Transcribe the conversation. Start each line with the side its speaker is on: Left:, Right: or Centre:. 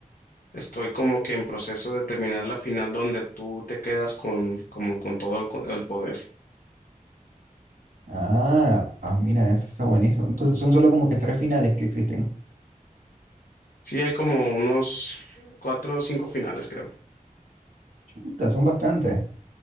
Left: Estoy como que en proceso de terminar la final donde tú te quedas con, como con todo el, co- el poder.
Right: Ah, ah, mira, eso está buenísimo. Entonces son solo como que tres finales que existen.
Left: Sí, hay como unos cuatro o cinco finales, creo.
Right: Chuta, son bastantes.